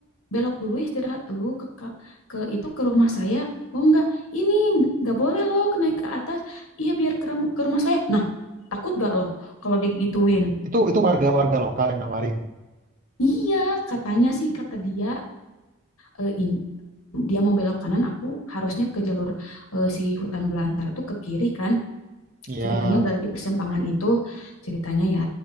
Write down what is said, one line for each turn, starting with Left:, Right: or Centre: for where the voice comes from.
Left: belok dulu, istirahat dulu ke, ke ke itu ke rumah saya. Oh enggak, ini enggak boleh loh naik ke atas. Iya biar ke, rum- ke rumah saya. Nah, takut gak loh kalau digituin?
Right: Itu itu warga-warga lokal yang nawarin.
Left: Iya, katanya sih kata dia eh, in- dia mau belok kanan aku harusnya ke jalur eh, si hutan belantara tuh ke kiri kan
Right: Iya,
Left: ceritanya udah di persimpangan itu ceritanya ya